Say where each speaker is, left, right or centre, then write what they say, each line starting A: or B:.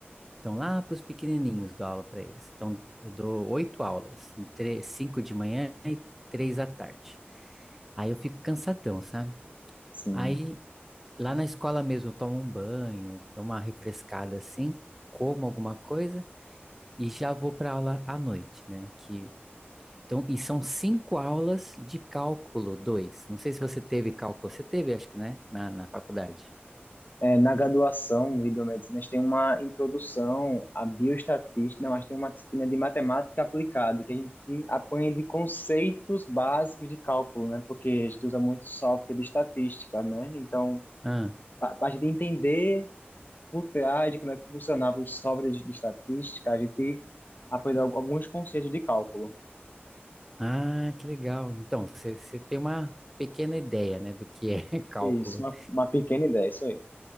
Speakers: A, in the centre; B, on the left (about 50°).
A: Então, lá para os pequenininhos dou aula para eles. Então, eu dou oito aulas, tre- cinco de manhã e três à tarde. Aí eu fico cansadão, sabe?
B: sim.
A: Aí, lá na escola mesmo, eu tomo um banho, dou uma refrescada assim, como alguma coisa e já vou para aula à noite, né? Que, então, e são cinco aulas de cálculo 2. Não sei se você teve cálculo, você teve, acho que, né? Na, na faculdade.
B: É, na graduação de biomedicinas tem uma introdução à bioestatística, não, acho que tem uma disciplina de matemática aplicada, que a gente aprende conceitos básicos de cálculo, né? Porque a gente usa muito software de estatística, né? Então,
A: Ah,
B: para a gente entender por trás de como é que funcionava os softwares de de estatística, a gente aprende al- alguns conceitos de cálculo.
A: ah, que legal. Então, você tem uma pequena ideia, né, do que é <laughs> cálculo.
B: Isso, uma, uma pequena ideia, isso aí.